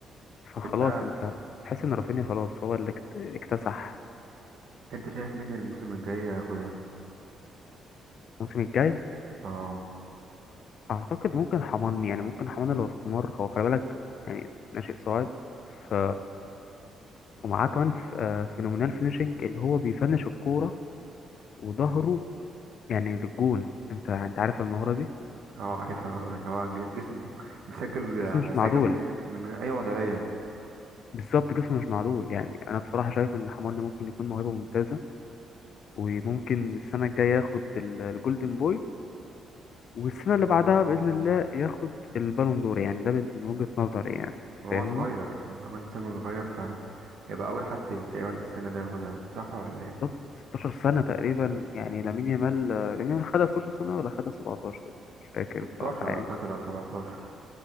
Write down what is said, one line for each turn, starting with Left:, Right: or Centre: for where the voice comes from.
Left: فخلاص
Right: انت
Left: أنت تحس إن رافينيا خلاص هو اللي اكت- اكتسح
Right: انت شايف مين الموسم الجاي ياخدها
Left: الموسم الجاي
Right: اه
Left: أعتقد ممكن حماني يعني ممكن حماني لو استمر هو خلي بالك يعني ناشئ صاعد ف ومعاه كمان ف- آه، فينومينال فينيشنج اللي هو بيفنش الكورة وظهره يعني للجون انت انت عارف المهارة دي
Right: اه عارفها اللي هو ج- جسمه بي- بيسجل
Left: جسمه
Right: بيسجل
Left: مش معدول
Right: من من اي وضعية
Left: بالظبط جسمه مش معدول يعني انا بصراحة شايف ان حماني ممكن يكون موهبة ممتازة وممكن السنة الجاية ياخد ال- الجولدن بوي والسنة اللي بعدها بإذن الله ياخد البالون دور يعني ده من وجهة نظري يعني انت
Right: وهو
Left: فاهمني
Right: صغير هو كمان سنه صغير فهيبقى اول حد تقريبا في السن ده ياخدها صح ولا ايه
Left: طب 16 سنة تقريبا يعني
Right: امم
Left: لامين يامال لامين يامال خدها 16 سنة ولا خدها 17 مش فاكر
Right: 16
Left: بصراحة يعني
Right: اعتقد او 17